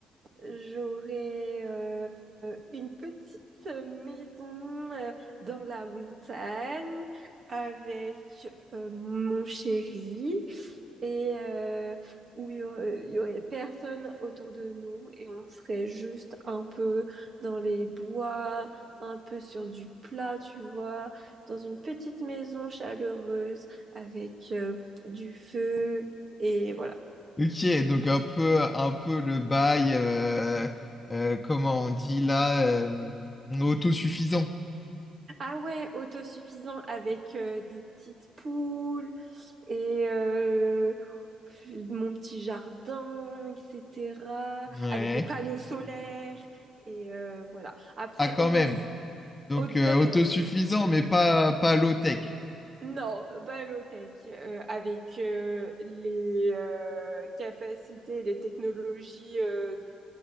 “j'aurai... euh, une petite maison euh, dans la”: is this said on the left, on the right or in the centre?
Right